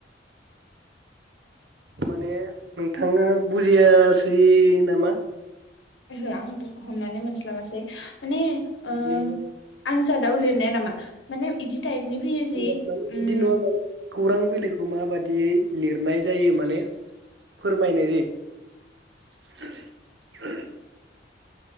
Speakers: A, on the right (about 75°); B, on the left (about 85°).
A: माने नोंथाङा बुजियासै नामा?
B: ओहो आं बु हमनानै मोनस्लाबासै माने ओ
A: माने
B: आनजादाव लिरनाया नामा? माने इदि टाइपनि फैयो
A: आनजाद
B: जि
A: माने
B: उनाव उम
A: बिदि नङा माने खौरां बिलाइखौ माबादियै लिरनाय जायो माने फोरमायनाय जायो।